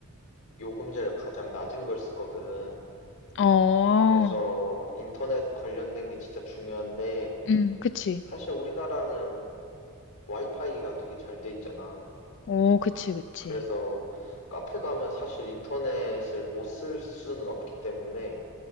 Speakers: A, on the left; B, on the left.
A: 요금제를 가장 낮은 걸 쓰거든.
B: 어,
A: 그래서 인터넷 관련된 게 진짜 중요한데,
B: 음, 그치.
A: 사실 우리나라는 와이파이가 되게 잘 돼 있잖아.
B: 어, 그치, 그치.
A: 그래서 카페 가면 사실 인터넷을 못 쓸 수는 없기 때문에,